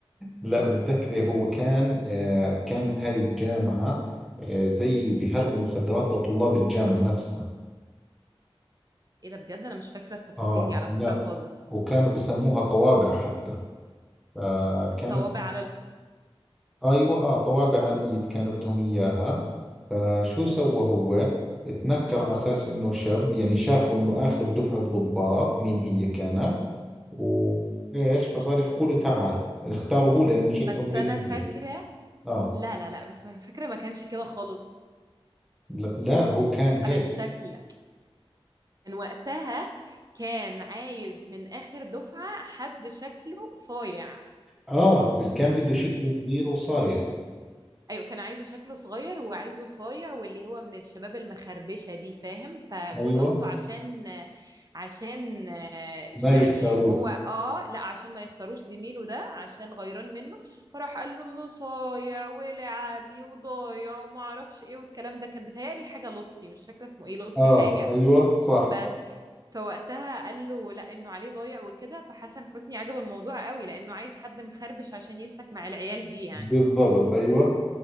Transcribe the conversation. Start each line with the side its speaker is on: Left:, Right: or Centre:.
Centre: لا متذكر هو كان آه كانت هاي الجامعة آه زي بيهربوا مخدرات لطلاب الجامعة نفسها
Right: ايه ده بجد انا مش فاكره التفاصيل
Centre: اه
Right: دي على
Centre: لا
Right: فكره خالص
Centre: وكانوا بسموها طوابع حتى فكانوا
Right: الطوابع على ال...
Centre: ايوه اه طوابع على الايد كانوا بدهم اياها فشو سوى هو اتنكر على اساس انه شاب يعني شافوا انه اخر دفعة ضباط مين هي كانت وايش فصار يحكوا
Right: ب-
Centre: له تعال اختاروا هو لانه شكله
Right: بس
Centre: مبين
Right: انا فاكره
Centre: اه
Right: لا لا لا بس ما فاكره ما كانش كده خالص
Centre: لا, لا هو كان هيك
Right: على الشكل كان وقتها كان عايز من اخر دفعه حد شكله صايع
Centre: اه بس كان بده شكله صغير وصايع
Right: ايوه كان عايزه شكله صغير وعايزه صايع واللي هو من الشباب المخربشه دي فاهم فجوز
Centre: ايوه
Right: اخته عشان عشان آه،
Centre: ما
Right: يعني
Centre: يختاروه
Right: هو اه لا عشان ما يختاروش زميله ده عشان غيران منه فراح قال له انه صايع ولعبي وضايع وما اعرفش ايه والكلام ده كان بيتهيألي حاجه لطفي مش فاكره اسمه ايه لطفي
Centre: اه
Right: حاجه
Centre: ايوه صح
Right: بس فوقتها قال له لا انه عليه ضايع وكده فحسن حسني عجبه الموضوع قوي لانه عايز حد مخربش عشان يسلك مع العيال دي يعني
Centre: بالضبط ايوه